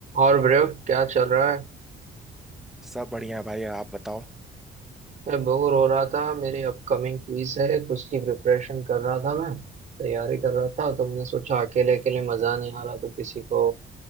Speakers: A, on the right; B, in the centre.
A: और ब्रेव क्या चल रहा है
B: सब बढ़िया भाई आप बताओ
A: मैं बोर हो रहा था मेरी अपकमिंग क्विज है उसकी प्रिपरेशन कर रहा था मैं तैयारी कर रहा था तो मैंने सोचा अकेले अकेले मजा नहीं आ रहा तो किसी को